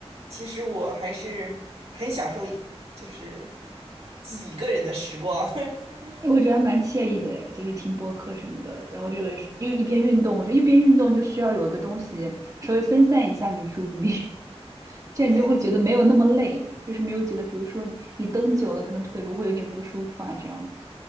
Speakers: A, on the right; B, on the right.
A: 其实我还是很享受一就是自己一个人的时光。<laughs>
B: 哎，我觉得还蛮惬意的诶，就是听播客什么的，然后这个是又一边运动，我觉得一边运动就需要有一个东西稍微分散一下你的注意力。这样你就会觉得没有那么累，
A: 对，
B: 就是没有觉得，比如说你你蹬久了，可能腿部会有点不舒服啊，这样子。